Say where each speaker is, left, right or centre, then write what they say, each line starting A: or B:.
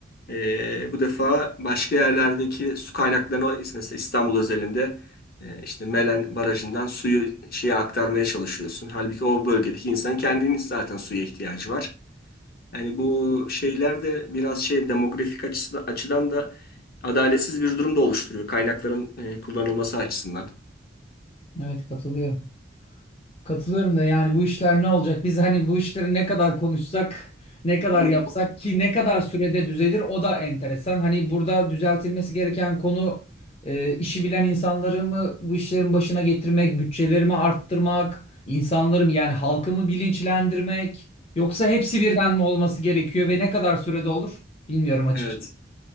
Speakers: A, on the left (about 55°); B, on the left (about 35°).
A: Ee, bu defa başka yerlerdeki su kaynaklarını mesela İstanbul özelinde e, işte Melen Barajı'ndan suyu şeye aktarmaya çalışıyorsun. Halbuki o bölgedeki insanın kendinin zaten suya ihtiyacı var. Yani bu şeyler de biraz şey demografik açısı- açıdan da adaletsiz bir durum da oluşturuyor kaynakların e, kullanılması açısından.
B: Evet katılıyorum. Katılıyorum da yani bu işler ne olacak? Biz hani bu işleri ne kadar konuşsak, ne kadar
A: Evet.
B: yapsak ki ne kadar sürede düzelir o da enteresan. Hani burada düzeltilmesi gereken konu e, işi bilen insanları mı bu işlerin başına getirmek, bütçelerimi arttırmak, insanları mı yani halkımı bilinçlendirmek yoksa hepsi birden mi olması gerekiyor ve ne kadar sürede olur bilmiyorum açıkçası.
A: evet.